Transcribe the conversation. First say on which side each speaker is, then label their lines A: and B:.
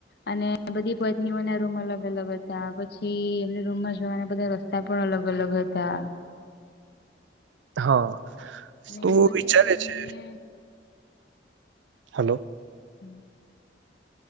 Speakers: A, on the left; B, on the right.
A: અને બધી પત્નીઓને રૂમ અલગ અલગ હતા પછી એમને રૂમમાં જવાને બધા રસ્તા. તા પણ અલગ અલગ હતા.
B: હા.
A: અને
B: તો
A: એને બધી
B: વિચારે
A: જ બધલી
B: છે.
A: ને <inaudible>
B: હલો.
A: હમ <unintelligible>